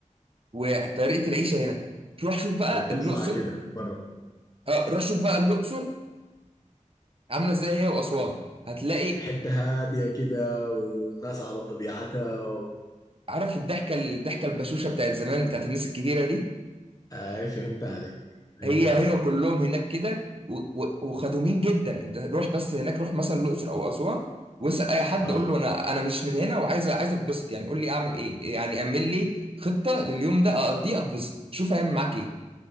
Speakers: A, on the right (about 45°); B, on the left (about 25°).
A: وطريقه العيشه هنا تروح شوف بقى
B: وتطلع
A: الاقصر
B: كده برا
A: اه روح شوف بقى الاقصر عامله ازاي هي واسوان هتلاقي
B: حتة هادية كده والناس على طبيعتها و...
A: عارف الضحكه الضحكه البشوشه بتاعت زمان بتاعت الناس الكبيره دي
B: آه، اي فهمت عليك فهمت
A: هي
B: عليك
A: هي كلهم هناك كده و- و- وخدومين جدا انت روح بس هناك روح مثلا الاقصر او اسوان واسال اي حد
B: اه
A: قول له انا انا مش من هنا وعايز عايز اتبسط يعني قول لي اعمل ايه يعني اعمل لي خطه لليوم ده اقضيه اتبسط شوف هيعمل معاك ايه